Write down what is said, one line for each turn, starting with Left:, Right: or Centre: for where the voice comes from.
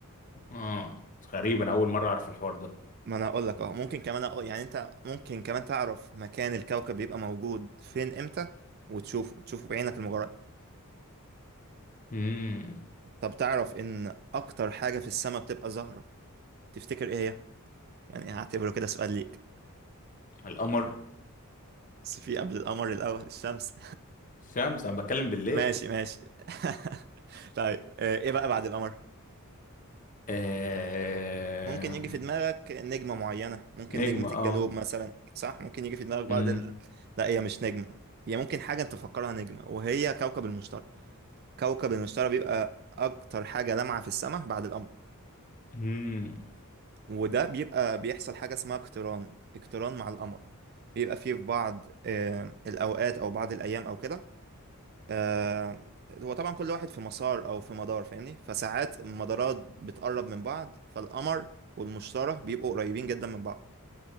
Left: اه غريب انا اول مره اعرف الحوار ده
Right: ما انا اقول لك اه ممكن كمان أقول يعني انت ممكن كمان تعرف مكان الكوكب بيبقى موجود فين امتى وتشوفه تشوفه بعينك المجرد
Left: امم
Right: طب تعرف ان اكتر حاجة في السماء بتبقى زهرة تفتكر ايه هي يعني هعتبره كده سؤال ليك
Left: القمر
Right: بس في قبل القمر الاول الشمس
Left: شمس انا بتكلم بالليل
Right: ماشي ماشي <laughs> طيب آه، ايه بقى بعد القمر
Left: آه...
Right: ممكن يجي في دماغك نجمة معينة ممكن
Left: نجمة
Right: نجمة
Left: اه
Right: الجنوب مثلا صح ممكن يجي في دماغك بعد
Left: مم.
Right: ال... لا هي مش نجمة هي ممكن حاجة انت تفكرها نجمة وهي كوكب المشتري كوكب المشتري بيبقى اكتر حاجة لامعة في السماء بعد القمر
Left: مم.
Right: وده بيبقى بيحصل حاجة اسمها اقتران اقتران مع القمر بيبقى فيه في بعض آه، الأوقات أو بعض الأيام أو كده آه، هو طبعا كل واحد في مسار او في مدار فاهمني فساعات المدارات بتقرب من بعض فالقمر والمشتري بيبقوا قريبين جدا من بعض